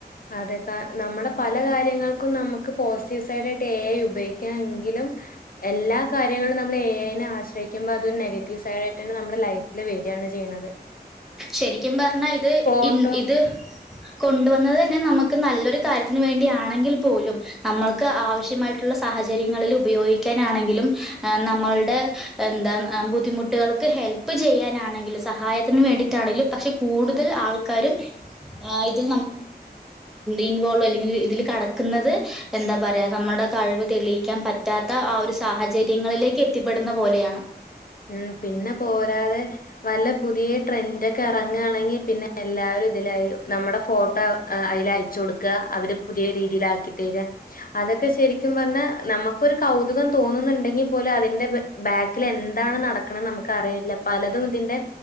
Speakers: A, on the left; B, in the centre.
A: അതെ കാ നമ്മടെ പല കാര്യങ്ങൾക്കും നമ്മക്ക് പോസിറ്റീവ് സൈഡായിട്ട് എ ഐ ഉപയോഗിക്കാം എങ്കിലും എല്ലാ കാര്യങ്ങളും നമ്മൾ എഐ നെ ആശ്രയിക്കുമ്പോ അതൊരു നെഗറ്റീവ് സൈഡായിട്ടന്നെ നമ്മുടെ ലൈഫിൽ വെര് രാണ് ചെയ്യ്ണത്
B: ശെരിക്കും പറ്ഞ്ഞാ ഇത്
A: ഫോട്ടോ
B: ഇ ഇത് കൊണ്ടുവന്നത് തന്നെ നമുക്ക് നല്ലൊരു കാര്യത്തിന് വേണ്ടിയാണെങ്കിൽ പോലും നമ്മൾക്ക് ആവശ്യമായിട്ടുള്ള സാ ഹചര്യങ്ങളിൽ ഉപയോഗിക്കാനാണെങ്കിലും നമ്മള്ടെ എന്താ ബുദ്ധിമുട്ടുകൾക്ക് ഹെ ൽപ്പ് ചെയ്യാനാണെങ്കിലും സഹായ ത്തിന് വേണ്ടീട്ടാണെങ്കിലും പക്ഷെ കൂടുതൽ ആൾക്കാരും ആ ഇതി ഇൻവോൾവല്ലെങ്കിൽ ഇതിൽ കടക്ക്ന്നത് എന്താ പറയാ നമ്മടെ കഴിവ് തെളിയിക്കാൻ പറ്റാത്ത ആ ഒരു സാ സാഹചര്യങ്ങളിലേക്ക് എത്തിപ്പെടുന്ന പോലെയാണ്
A: മ്മ് പിന്നെ പോരാതെ വല്ല പുതിയ ട്രെൻഡൊക്കെ എറങ്ങാണെങ്കി പിന്നെ എല്ലാ <unintelligible> നമ്മടെ ഫോട്ടോ അ അയ്ലയ്ച്ചൊട്ക്കാ അവര് പുതിയ രീതിലാക്കി തെരാ അതൊക്കെ ശെരിക്കും പറഞ്ഞാ നമ്മക്കൊരു കൗതുകം തോന്നുന്നുണ്ടെങ്കിൽ പോലും അതിന്റെ ബേക്കിൽ എ ന്താണ് നടക്ക്ണെന്ന് നമുക്കറിയില്ല. പലതും ഇതിന്റെ